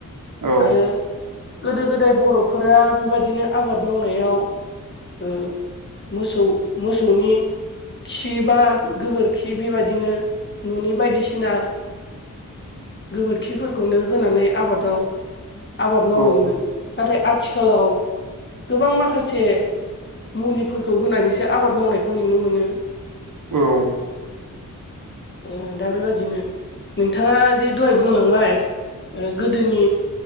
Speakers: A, on the right; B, on the left.
A: औ
B: आरो गोदो गोदाय बर'फोरा बेबायदिनो आबाद मावनायाव ओ मोसौ मोसौनि खि बा गोबोरखि बेबादिनो न'नि बायदिसिना गोबोरखिफोरखौनो होनानै आबादाव आबाद मावोमोन।
A: औ
B: नाथाय आथिखालाव गोबां माखासे मुलिफोरखौ होनानैसो आबाद मावनायखौ नुनो मोनो।
A: औ।
B: <inaudible> ओ दा बेबादिनो नोंथाङा जे दहाय बुंलांबाय गोदोनि